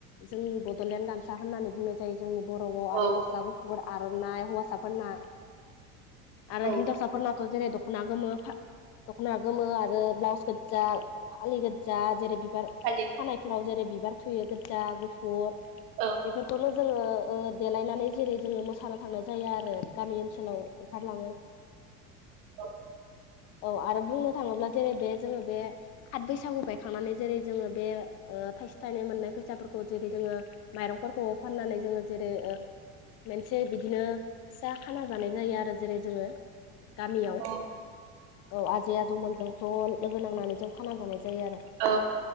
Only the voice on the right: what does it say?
औ
औ
फालि
औ
औ।
औ
औ